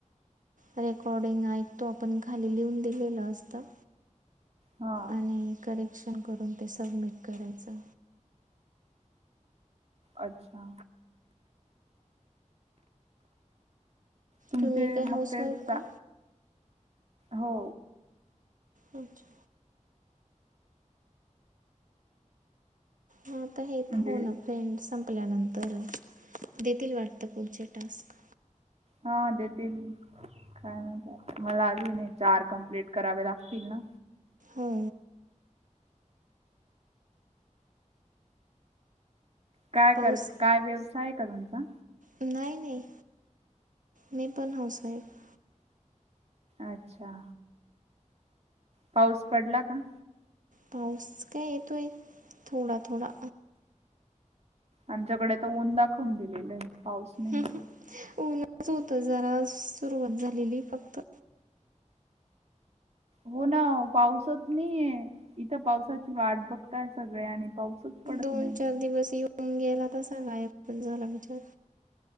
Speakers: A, on the right; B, on the right.
A: रेकॉर्डिंग ऐक तो आपण खाली लिहून दिलेलं असतं
B: हा
A: आणि करेक्शन करून ते सबमिट करायचं
B: अच्छा तुमचे
A: तुम्ही काय हाऊसवाईफ
B: मग ते जा
A: का
B: हो
A: अच्छा मग आता हे
B: म्हणजे
A: फोन फ्रेंड संपल्यानंतर देतील वाटतं खुढचे टास्क
B: हा अ देेतिल काय मात मला अून चार कम्प्लीट करावे लागतील ना
A: हो
B: काय
A: पाऊस
B: कर काय व्यवसाय का तुमचा
A: नाही नाही मी पण हाऊसवाईफ
B: अच्छा पाऊस पडला का
A: पाऊस काय येतीय थोडा थोडा
B: आमच्याकडे त ऊन दाखवून दिलेलं आहे पाऊस नाही.
A: नच होत जरा सुरुवात झालेली फक्त
B: हो ना पाऊसच नाहीये इथं पावसाची वाट बघताय सगळे आणि पाऊसच पडत
A: दोन
B: नाही.
A: चार दिवस येऊन गेला तर सांगाण झाला विचार